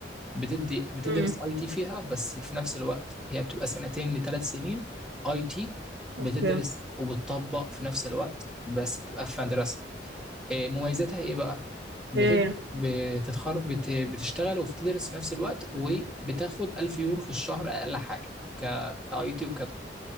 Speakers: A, in the centre; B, on the right.
A: بتدي بتدرس
B: امم
A: اي تي فيها بس في نفس الوقت هي بتبقى سنتين لثلاث سنين اي تي
B: اوكي
A: بتدرس وبتطبق في نفس الوقت بس بتبقى في مدرسه إيه مميزاتها ايه بقى بتدرس
B: اوكي
A: بتتخر بت... بتشتغل وبتدرس في نفس الوقت وبتاخد 1000 يورو في الشهر اقل حاجه ك كاي تي وكده